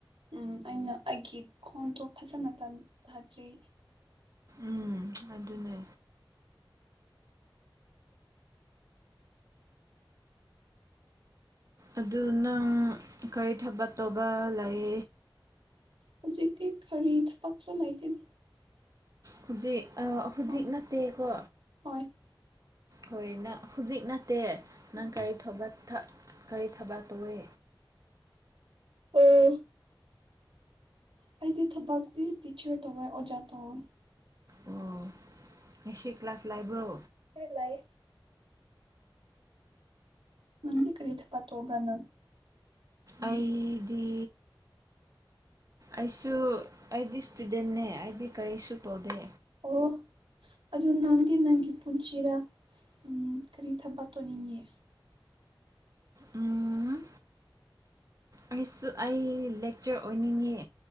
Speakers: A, on the right (about 80°); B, on the right (about 40°).
A: ꯎꯝ ꯑꯩꯅ ꯑꯩꯒꯤ ꯈꯣꯡꯗꯣ ꯐꯖꯅ ꯇ ꯐꯠꯇ꯭ꯔꯤ
B: ꯎꯝ ꯑꯗꯨꯅꯦ ꯑꯗꯨ ꯅꯪ ꯀꯔꯤ ꯊꯕꯛ ꯇꯧꯕ ꯂꯩ
A: ꯍꯧꯖꯤꯛꯇꯤ ꯀꯔꯤ ꯊꯕꯛꯁꯨ ꯂꯩꯇꯦ ꯗ
B: ꯍꯧꯖꯤꯛ ꯑ ꯍꯧꯖꯤꯛ
A: ꯍꯣꯏ
B: ꯅꯠꯇꯦꯀꯣ
A: ꯍꯣꯏ
B: ꯍꯣꯏ ꯅ ꯍꯧꯖꯤꯛ ꯅꯠꯇꯦ ꯅꯪ ꯀꯔꯤ ꯊꯕꯛ ꯀꯔꯤ ꯊꯕꯛ ꯇꯧꯋꯦ
A: ꯑꯣ ꯑꯩꯗꯤ ꯊꯕꯛꯇꯤ ꯇꯤꯆꯔ ꯇꯧꯋꯥꯦ ꯑꯣꯖꯥ ꯇꯧꯋꯦ
B: ꯑꯣ ꯉꯁꯤ ꯀ꯭ꯂꯥꯁ ꯂꯥꯏꯕ꯭ꯔꯣ
A: ꯍꯣꯏ ꯂꯩ ꯅꯪꯗꯤ ꯀꯔꯤ ꯊꯕꯛ ꯇꯧꯕ꯭ꯔ ꯅꯪ ꯎꯝ
B: ꯑꯩꯗꯤ ꯑꯩꯁꯨ ꯑꯩꯗꯤ ꯏꯁꯇꯨꯗꯦꯟꯅꯦ ꯑꯩꯗꯤ ꯀꯔꯤꯁꯨ ꯇꯧꯗꯦ
A: ꯑꯣ ꯑꯗꯨ ꯅꯪꯗꯤ ꯅꯪꯒꯤ ꯄꯨꯟꯁꯤꯔ ꯎꯝ ꯀꯔꯤ ꯊꯕꯛ ꯇꯧꯅꯤꯡꯉꯤ
B: ꯎꯝ ꯑꯩꯁꯨ ꯑꯩ ꯂꯦꯛꯆꯔ ꯑꯣꯏꯅꯤꯡꯉꯤ